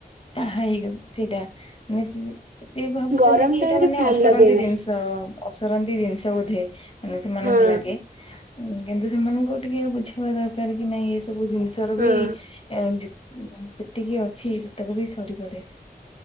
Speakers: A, on the left; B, on the right.
A: ଆ ହାଇ ସେଇଟା ମାନେ ସେ ଭାବୁଛନ୍ତି
B: ଗରମ
A: କି ଏଇଟା
B: ଟାଇମରେ
A: ମାନେ
B: ଫ୍ୟାନ୍
A: ଅସରନ୍ତି
B: ଲଗେଇବେ
A: ଜିନି ଅସରନ୍ତି ଜିନିଷ ବୋଧେ ମାନେ ସେମାନଙ୍କୁ
B: ହଁ
A: ଲାଗେ। କିନ୍ତୁ ସେମାନଙ୍କୁ ଟିକେ ବୁଝେଇବା ଦରକାର କି ନାଇଁ ଏସବୁ ଜିନିଷର
B: ହଁ।
A: ବି ଏ ଯେତିକି ଅଛି ସେତକ ବି ସରିପାରେ।